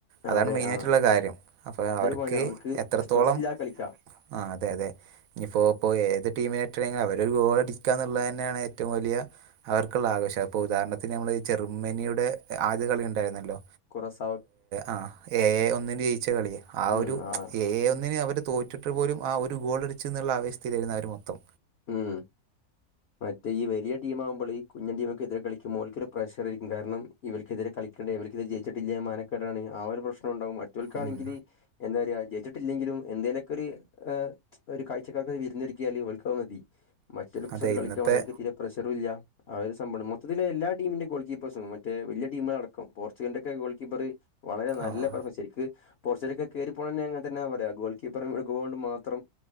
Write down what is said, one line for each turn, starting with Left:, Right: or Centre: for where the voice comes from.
Right: അതാണ്
Left: ആഹ് അതെ
Right: മെയിൻ ആയിട്ടുള്ള
Left: ആഹ്
Right: കാര്യം അപ്പൊ
Left: അതൊരു
Right: അവർക്ക്
Left: പോയിന്റാണ് ഓൽക്ക്
Right: എത്രത്തോളം.
Left: സ്ട്രെസ്സില്ലാതെ കളിക്കാ
Right: ആ അതെ അതെ ഇനിയിപ്പോപ്പൊ ഏത് ടീമിനായിട്ടണെങ്കി ലും അവ ഒരു ഗോൾടിക്കുക എന്നുള്ളത് ന്നെയാണ് ഏറ്റവും വലിയ അവർക്കുള്ള ആഘോഷ അപ്പോൾ ഉദാഹരണത്തിന് നമ്മൾ ജർമ്മനിയുടെ ആദ്യ കളി ഉണ്ടായിരുന്നല്ലോ.
Left: കുറസ
Right: ആ എ എ ഒന്നിന് ജയിച്ച കളിയാ ആ
Left: ഉം
Right: ഒരു
Left: ആഹ്
Right: എ എ ഒന്നിന് അവർ തോറ്റി ട്ടു പോലും ആ ഒരു ഗോൾ അടിച്ചെ ന്നുള്ള അവേശത്തിയിലായിരുന്നു അവർ മൊത്തം.
Left: ഉം മറ്റേ ഈ വലിയ ടീം ആവുമ്പോൾ കുഞ്ഞൻ ടീം. എതിരെ കളിക്കുമ്പോൾ ഓർ ൽക്കതു പ്രഷർരിക്കും കാരണം ഇ വർക്കെതിരെ കളിക്കണ്ട ഇവർക്കെതിരെ ജയിച്ചിട്ടില്ലേ മാന നക്കേടാണ് ആ ഒരു പ്രശ്നം ഉണ്ടാകും മറ്റവർക്കാണെങ്കില്.
Right: ഉം
Left: എന്താ പറയുക ജയിച്ചിട്ടില്ലെങ്കിലും എന്തേലൊക്കെ ഒര്. ഒരു കാഴ്ച്ച കാർക്ക് വിരുന്നൊ രിക്കിയാല് ഓൽക്ക് അത് മതി മറ്റൊരു പ്രഷർ
Right: അതെ
Left: കളിക്കാ
Right: ഇന്നത്തെ
Left: ഓൽക്ക് തീരെ പ്രഷറും ഇല്ല. അതൊരു സംഭവംണ് മൊത്തിത്തില് എല്ലാ ടീമിന്റെ ഗോൾ കീപ്പേഴ്സ് മറ്റെ വലിയ ടീമ്അടക്കം പോർച്ചുഗലിന്റെ ഒക്കെ ഗോൾ കീപ്പറ്. വളരെ നല്ല
Right: ആ
Left: പ്രൊഫ ശെരിക്ക് പോർച്ചുഗലൊക്കെ കേറി പോണന്നെ അങ്ങൻ തന്നെ പറ്യാ ഗോൾ കീപ്പർ ഒര് ഗോളൊണ്ട് മാത്രം